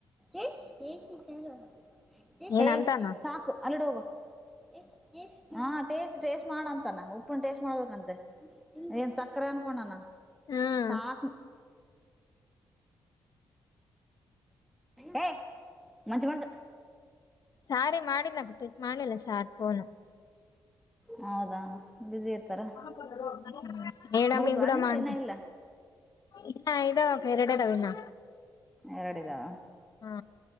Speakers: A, in the centre; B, on the left (about 55°).
A: ಜೈ ಸ್ ಜೈ ಶೆಂಕರ. ಜೈ ಹೆ
B: ಏನ್ ಅಂತಾನ
A: ಸಾಕ್. ಅಲ್ಲಿಡೊಗು ಟೇಸ್ಟ್ ಟೇಸ್ಟ್ ಟೇಸ್ಟ್ ಮಾಡಂತಾನ ಉಪ್ಪನ ಟೇಸ್ಟ್ ಮಾಡ್ಬೇಕಂತ. ಏನ್ ಸಕ್ಕರೆ ಅನ್ಕೋಂಡಾನ
B: ಹ್ಮ್
A: ಸಾಕ್ ಹು. ಹೆ ಮಂಜ ಮಂಜ.
B: ಸಾರಿಗ ಮಾಡಿದ್ನ ಪಿಕ್ ಮಾಡಿಲ್ಲ ಸಾರ್ ಫೋನ.
A: ಹೌದಾ ಬ್ಯುಸಿ ಇರ್ತಾರ
B: ಹು ಮೇಡಮೀಗೆ
A: ಮುಗುದ್ವಾ
B: ಕೂಡ
A: ನಿಂದು
B: ಮಾಡ.
A: ಇನ್ನ ಇಲ್ಲ
B: ಇನ್ನ ಇದಾವಕ್ಕಾ ಎರಡದಾವ ಇನ್ನ.
A: ಎರಡ ಇದಾವ
B: ಹಾ